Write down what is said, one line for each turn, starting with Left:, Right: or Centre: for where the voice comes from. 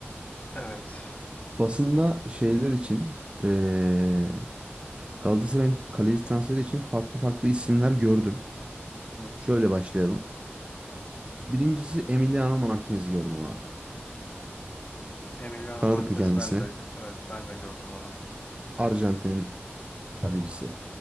Left: Evet.
Right: Basında şeyler için eee Galatasaray'ın kaleci transferi için farklı farklı isimler gördüm.
Left: Hı.
Right: Şöyle başlayalım. Birincisi Emiliano Martinez gördüm abi.
Left: Emiliano
Right: Tanıdık
Left: Martinez
Right: mı kendisini?
Left: ben de evet ben de gördüm onu.
Right: Arjantin'in kalecisi.